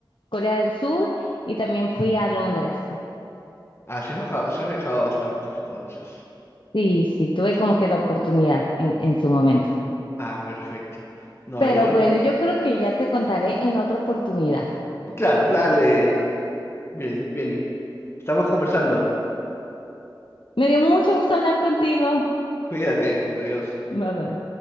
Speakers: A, on the left; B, on the left.
A: Corea del Sur y también fui a Londres.
B: Ah, se ha viajado, se ha viajado bastante, entonces.
A: Sí, sí, tuve
B: Sí.
A: como que la oportunidad en, en su momento.
B: Ah, perfecto. No,
A: Pero
B: yo,
A: bueno, yo creo que ya te contaré en otra oportunidad.
B: claro, dale, Billy, Billy. Estamos conversando.
A: Me dio mucho gusto hablar contigo.
B: Cuídate, adiós.
A: Bye bye.